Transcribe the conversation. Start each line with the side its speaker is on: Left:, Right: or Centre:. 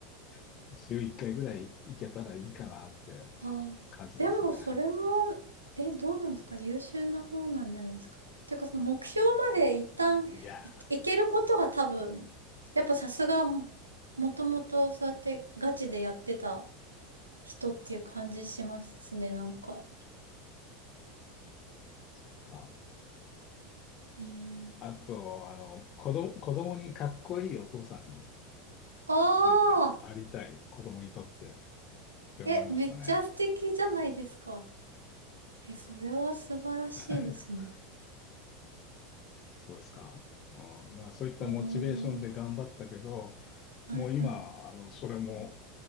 Left: <laughs> 週1回ぐらい行けたらいいかなって
Right: あ、
Left: 感じですね。
Right: でも、それも、え、どうなんですか優秀な方なんじゃないですか。ていうか、その目標まで一旦い、
Left: いやー、
Right: いけることが多分、やっぱさすが、もともとそうやってガチでやってた人っていう感じしますね、なんか。
Left: そうですか。
Right: へー
Left: あと、あの、子ど、子供にかっこいいお父さん
Right: ああ、
Left: でありたい子供にとってって思いましたね。
Right: え、めっちゃ素敵じゃないですか。え、それは素晴らしいですね。
Left: <laughs> そうですか。うん、だからそういったモチベーションで頑張ったけど、
Right: へえ、はいはい。
Left: もう今、あの、それも